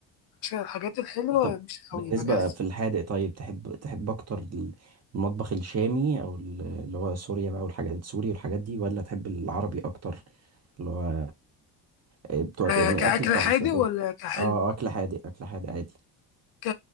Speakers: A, on the left; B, on the right.
A: عشان الحاجات الحلوة
B: طب
A: مش قوي
B: بالنسبة
A: بجزع
B: في الحادق طيب تحب تحب أكتر المطبخ الشامي أو ال- اللي هو سوريا بقى والحاجات سوري والحاجات دي ولا تحب العربي أكتر اللي هو آه، بتوع
A: آه
B: يعني
A: كأكل
B: أكل بتاع
A: حادق
B: السعودية
A: ولا كحلو؟
B: اه أكل حادق أكل حادق عادي
A: ك...